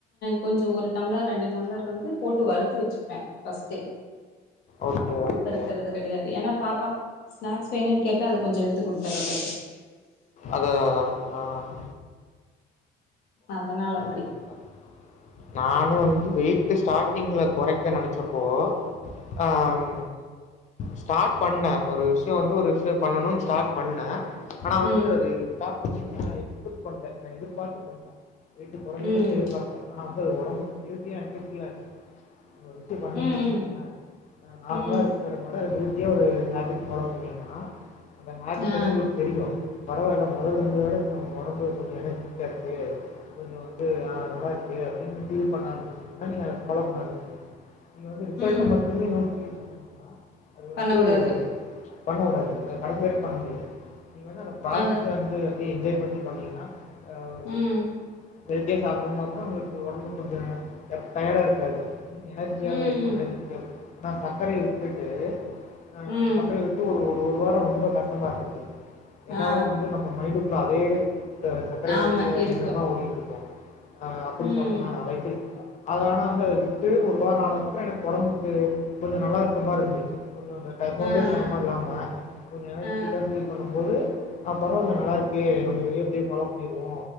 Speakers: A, on the left; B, on the left.
A: கொஞ்சோ ஒரு டம்ளர் ரெண்டு டம்ளர் வந்து போட்டு வறுத்து வச்சுப்பேன் ஃபர்ஸ்ட்டே
B: ஓகே ஓகே
A: க்குறது கெடையாது ஏன்னா பாப்பா ஸ்நாக்ஸ் வேணும்னு கேட்டா அது கொஞ்சோ எடுத்து கொடுத்துறது
B: அதாது அதான் ஆஹ
A: அதனால அப்படி
B: ஓகேக்கா நானும் வந்து வெயிட் ஸ்டார்ட்டிங்ல கொறைக் க்க நினைச்சுப்போ ஆ ஆ ம் ஸ்டார்ட் பண்ணேன் ஒரு விஷயம் வந்து ஒரு விஷயம் பண்ணணும்னு ஸ்டார்ட் பண்ணே ஆனா வந்து
A: ம்
B: அது ஸ்டார்ட் பண்ணது நான் எக்ஸ்பர்ட் பண்ணல நான் எதிர்பார்த்து பண்ணல வெய்ட்டு குறசிரும்னு
A: ம்
B: எதிர்பாக்கல ஆனா வந்து ஒரு ஒடம்புக்கு ஹெல்த்தியா <unintelligible> ஒரு விஷயம் பண்ணீங்க
A: ம்
B: வச்சுகுங்களே நார்மலாக
A: ம்
B: இருக்கிறதனால மகிழ்ச்சியா ஒரு ஹெல்த்தியாக ஃபாலோ பண்ணீங்கன்னா அந்த மாற்று
A: ஆ
B: பண்ணு உங்களுக்கு தெரியும் பரவாயில்ல மொதல்ல இருந்தத விட இப்ப நம்ம ஒடம்பு கொஞ்சோ எடைகி <unintelligible> இருக்கு கொஞ்சோ வந்து ஆ நல்லா க்கு அப்படின்னு ஃபீல் பண்ண ஆரம்பச்சுருவீங்க நீங்க எஸ்ட்ராவா பண்ண ஆரம்பிச்சுருவீங்க நீங்க வந்து ரிசல்ட்ட
A: ம்
B: மட்டுமே நோக்கி போனீங்கன்னா, அது
A: பண்ண
B: வந்து
A: கூடாது
B: பண்ண கூடாது ஏன் கடைசிவரைக் பண்ண முடியாது நீங்கவென அந்த பாசத்துல
A: அது
B: வந்து அப்டியே என்ஜாய் பண்ணி பண்ணீங்கன்னா தா ஒரு
A: ம்
B: ஹெல்தியா சாப்புறம்மா அப்புறோ உங்களுக்கு ஒடம்பு கொஞ்சோ டய டயர்டா இருக்காது என் எனர்ஜியாவே
A: ம்
B: இருக்கும்
A: ம்
B: எனர்ஜெடிக்கா இருக் நான் சக்கரையே விட்டுட்டு ஆஹ
A: ம்
B: சக்கரைய விட்டு ஒரு ஒரு ஒரு ஒரு வாரோ ரொம்ப கஷ்டமா இருக்குது எல்லாரு‌
A: ஆ
B: வந்து நம்ம மைண்ட லா அதே அது சக்கரை
A: ஆமா
B: பத்தியே
A: இருக்கு
B: எண்ணந்தா ஓடிட்டு இருக்கு ஆ அப்படி
A: ம்
B: சாப்பிட்லா அலைகள் அத ஆனா வந்து அதை விட்டு ஒரு வாரோ ஆனதுக் அப்றோ எனக்கு ஒடம்புக்கு கொஞ்சோ நல்லா இருக்க மாரி இருந்துச்சு கொஞ்சோ அது சோம்பேறித்தனமா
A: ஆ ஆ
B: இல்லாம கொஞ்சோ எனஜிட்டிக்காக
A: ஆ
B: சீ பண்ணும் போது ஆ பரவால்ல நல்லா இருக்கு நம்ம இத இப்டியே ஃபாலோ பண்ணிருவோ